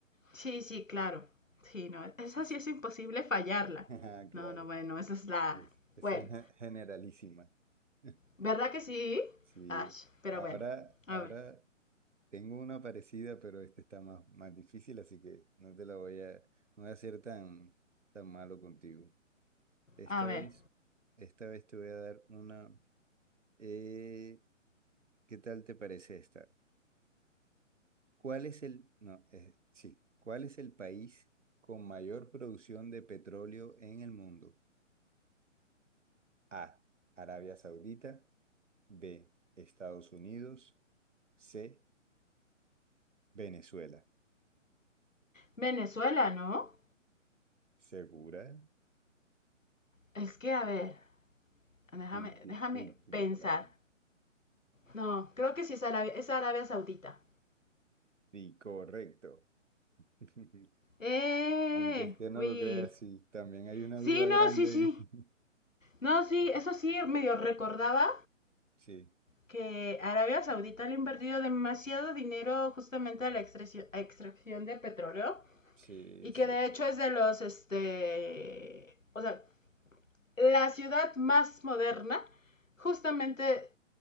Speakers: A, on the left; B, on the right.
A: Sí, sí, claro. Sí, no, esa
B: Sí, sí.
A: sí es imposible fallarla.
B: <laughs> Ajá, Claro.
A: No, no, bueno, esa es la...
B: Pues, Esa
A: Bueno,
B: es ge- generalísima. <laughs>
A: ¿verdad que sí?
B: Sí.
A: Ash, pero
B: Ahora,
A: bueno.
B: ahora
A: A ver,
B: Tengo una parecida, pero este está más, más difícil, así que no te la voy a, no voy a ser tan, tan malo contigo. Esta
A: a ver.
B: vez, esta vez te voy a dar una. eh, ¿qué tal te parece esta? ¿Cuál es el, no, eh, sí, ¿cuál es el país con mayor producción de petróleo en el mundo? A, Arabia Saudita, B, Estados Unidos, C, Venezuela.
A: Venezuela, ¿no?
B: ¿Segura?
A: Es que, a ver, déjame,
B: Última,
A: déjame
B: última
A: pensar.
B: palabra.
A: No, creo que sí es Arabia, es Arabia Saudita.
B: Sí, correcto. <laughs>
A: ¡Eh!
B: Aunque usted no
A: Uy.
B: lo crea, sí, también hay una duda
A: Sí, no,
B: grande
A: sí, sí.
B: ahí. <laughs>
A: No, sí, eso sí, medio recordaba
B: Sí,
A: que Arabia Saudita le ha invertido demasiado dinero justamente a la extracción, a extracción de petróleo
B: sí,
A: y
B: exacto.
A: que de hecho es de los, este, o sea, la ciudad más moderna justamente